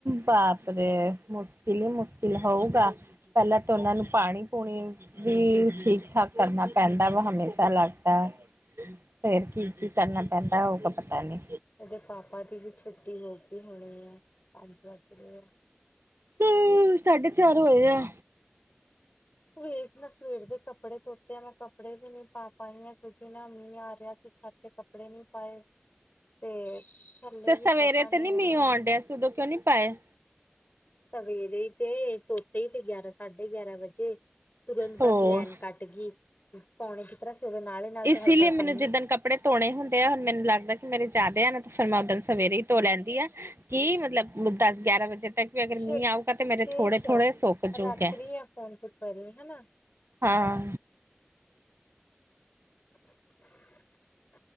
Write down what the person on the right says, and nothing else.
ਬਾਪਰੇ ਮੁਸ਼ਕਿਲ ਹੀ ਮੁਸ਼ਕਿਲ ਹੋਊਗਾ ਪਹਿਲਾਂ ਤਾਂ ਉਹਨਾਂ ਨੂੰ ਪਾਣੀ ਪੂਣੀ ਵੀ ਠੀਕ ਠਾਕ ਕਰਨਾ ਪੈਂਦਾ ਵਾ ਹਮੇਸ਼ਾ ਲੱਗਦਾ ਫੇਰ ਕੀ ਕੀ ਕਰਨਾ ਪੈਂਦਾ ਉਹ ਤਾਂ ਪਤਾ ਨੀ
ਹੂ ਸਾਢੇ ਚਾਰ ਹੋਯੇ ਐ
ਤੇ ਸਵੇਰੇ
ਤੇ
ਨੀ ਮੀਂਹ
ਆਉਣ ਡਿਆ ਸੀ, ਉਦੋਂ ਕਿਉਂ ਨੀ ਪਾਏ
ਹੋਰ
ਇਸ
ਲਈ
ਮੈਨੂੰ
ਜਿੱਦਣ ਕੱਪੜ ਧੋਣੇ ਹੁੰਦੇ ਆ, ਹੁਣ ਮੈਨੂੰ ਲੱਗਦਾ ਕਿ, ਮੇਰੇ ਜ਼ਿਆਦੇ ਆ। ਨਾ ਫਿਰ ਮੈਂ ਓਦਣ ਸਵੇਰੇ ਹੀ ਧੋ ਲੈਂਦੀ ਆਂ। ਕਿ, ਮਤਲਬ ਦਸ--ਗਿਆਰਾਂ ਵਜੇ ਤੱਕ ਵੀ ਅਗਰ
ਮੀਹ ਆਉਗਾ ਤੇ, ਮੇਰੇ
ਥੋੜੇ
ਥੋੜੇ ਸੁੱਕ ਜੁਗੇ
ਹੈ।
ਹਾਂ।